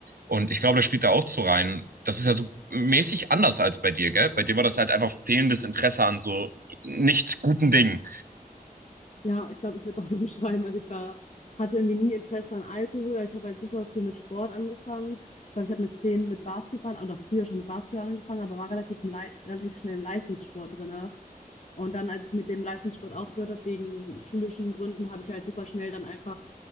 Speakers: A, on the right (about 70°); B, on the left (about 45°).
A: Und ich glaube, das spielt da auch zu rein. Das ist ja so mäßig anders als bei dir, gell? Bei dir war das halt einfach fehlendes Interesse an so nicht guten Dingen.
B: Ja, ich glaube, ich würde es auch so <laughs> beschreiben. Also ich war, hatte irgendwie nie Interesse an Alkohol. Ich habe halt super früh mit Sport angefangen. Ich glaube, ich habe mit zehn mit Basketball oder früher schon mit Basketball angefangen, aber war relativ, im Lei- relativ schnell im Leistungssport drinne. Und dann, als ich mit dem Leistungssport aufgehört habe, wegen schulischen Gründen, habe ich halt super schnell dann einfach